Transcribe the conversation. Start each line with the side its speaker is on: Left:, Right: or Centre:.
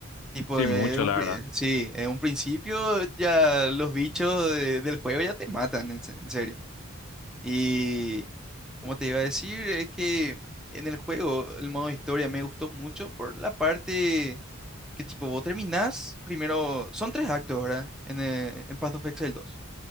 Centre: Tipo,
Left: Sí,
Centre: eh,
Left: mucho,
Centre: un,
Left: la
Centre: pri-
Left: verdad.
Centre: sí, en un principio ya los bichos de- del juego ya te matan, en, se- en serio. Y como te iba a decir, es que en el juego el modo historia me gustó mucho por la parte que tipo, vos terminás primero, son tres actos, ¿verdad? En, eh, en Path of Exile dos.